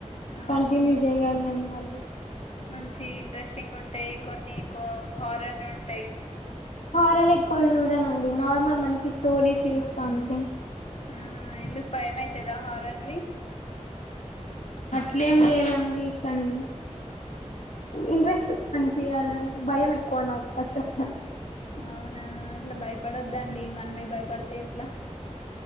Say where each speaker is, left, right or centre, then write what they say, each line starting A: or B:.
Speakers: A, on the left (about 55°); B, on the left (about 80°).
A: అవునా
B: కంటిన్యూ చేయాలి నేను మళ్ళీ
A: మంచి ఇంట్రెస్టింగ్ ఉంటాయి కొన్ని హారన్ ఉంటాయి
B: హారర్ ఎక్కువ చూడనండి నార్మల్ మంచి స్టోరీస్ చూస్తాడి
A: ఆహా ఎందుకు భయం అవుతుదా హారర్వి
B: ఇట్లేం లేదండి కానీ ఇంట్రెస్ట్ అనిపించాలి భయం ఎక్కువ నాకు ఫస్ట్ ఆఫ్ ఆల్
A: అవునా అట్లా భయపడొద్దండి మనమే భయపడితే ఇట్లా